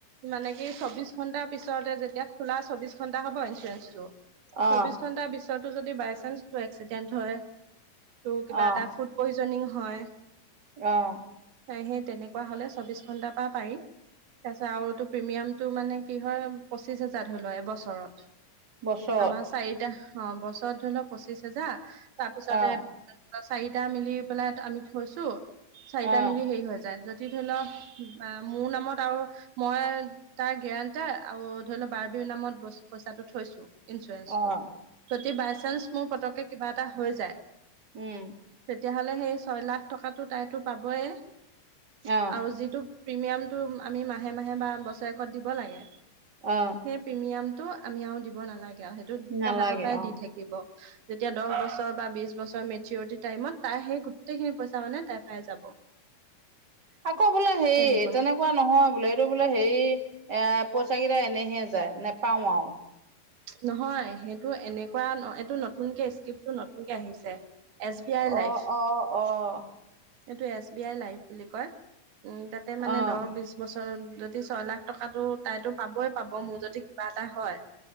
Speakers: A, on the right; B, on the right.
A: মানে কি চৌবিশ ঘন্টাৰ পিছতে যেতিয়া খোলা চৌবিশ ঘন্টা হ'ব ইঞ্চুৰেঞ্চটো?
B: অ
A: চৌবিশ ঘন্টাৰ পিছতো যদি বাইচান্স তোৰ এক্সিডেণ্ট হয়, তোৰ কিবা
B: অ
A: এটা ফুট পয়জনিং হয়
B: অ'।
A: নাই সেই তেনেকুৱা হ'লে চৌবিশ ঘণ্টাৰ পৰা পাৰি। তাৰপিছত আৰু এইটো প্ৰিমিয়ামটো মানে কি হয় পঁচিছ হোজাৰ ধৰি ল' এবছৰত।
B: বছৰত
A: আমাৰ চাৰিটা। অ' বছৰত ধৰি ল' পঁচিশ হোজাৰ তাৰপিছতে
B: অ',
A: চাৰিটা মিলি পেলাই আমি থৈছো, চাৰিটা
B: অ',
A: মিলি হেৰি হৈ যায় য ধৰি ল' মোৰ নামত আৰু মই তাৰ গেৰাণ্টাৰ আৰু ধৰি ল' বাৰ্বিৰ নামত পইচাটো থৈছো ইঞ্চুৰেঞ্চটো।
B: অ',
A: যদি বাইচানস মোৰ পটককে কিবা এটা হৈ যায়
B: উম।
A: তেতিয়াহ'লে সেই ছয় লাখ টকাটো তাইতো পাবয়ে
B: অ',
A: আৰু যিটো প্ৰিমিয়ামটো আমি মাহে মাহে বা বছৰেকত দিব লাগে
B: অ'।
A: সেই প্ৰিমিয়ামটো আমি আৰু দিব নালাগে আৰু সেইটো
B: নালাগে
A: তাহঁতৰ পৰাই দি
B: অ',
A: থাকিব। যেতিয়া দহ বছৰ বা বিশ বছৰ মেচিউৰিটি টাইমত তাই সেই গোটেইখিনি পইচা মানে তাই পাই যাব।
B: আকৌ বোল হেই
A: তেনেকুৱা
B: তেনেক পোৱা নহয় বোলে এইটো বোলে হেৰি এ, পইচা কেইটা এনেহে যায়, নেপাও আৰু।
A: নহয় সেইটো এনেকুৱা এইটো নতুনকে স্ক্ৰিপটো নতুনকে আহিছে। এছ বি আই লাইভ।
B: অ', অ', অ'।
A: এইটো এছ বি আই লাইভ বুলি কয়। উ, তাতে মানে
B: অ',
A: দ বছৰ যদি ছয় লাখ টকাটো তাইতো পাবই পাব, মোৰ যদি কিবা এটা হয়